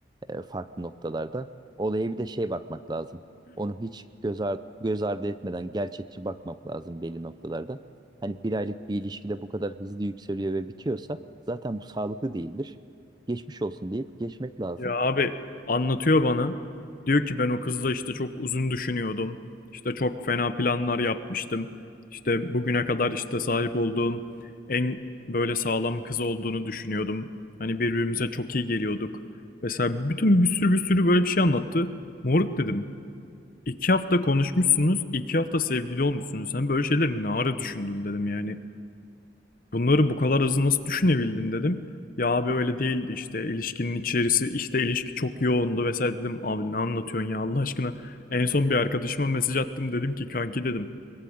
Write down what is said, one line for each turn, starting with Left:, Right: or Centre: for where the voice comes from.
Right: e, farklı noktalarda. Olaya bir de şey bakmak lazım. Onu hiç göz ardı, göz ardı etmeden gerçekçi bakmak lazım belli noktalarda. Hani bir aylık bir ilişkide bu kadar hızlı yükseliyor ve bitiyorsa zaten bu sağlıklı değildir. Geçmiş olsun deyip geçmek lazım.
Left: Ya abi anlatıyor bana. Diyor ki ben o kızla işte çok uzun düşünüyordum. İşte çok fena planlar yapmıştım. İşte bugüne kadar işte sahip olduğum en böyle sağlam kız olduğunu düşünüyordum. Hani birbirimize çok iyi geliyorduk. Mesela bütün bir sürü bir sürü böyle bir şey anlattı. Moruk dedim. İki hafta konuşmuşsunuz, iki hafta sevgili olmuşsunuz. Sen böyle şeyleri ne ara düşündün dedim yani. Bunları bu kadar hızlı nasıl düşünebildin dedim. Ya abi öyle değildi işte ilişkinin içerisi işte ilişki çok yoğundu vesaire dedim. Abi ne anlatıyorsun ya Allah aşkına. En son bir arkadaşıma mesaj attım dedim ki kanki dedim.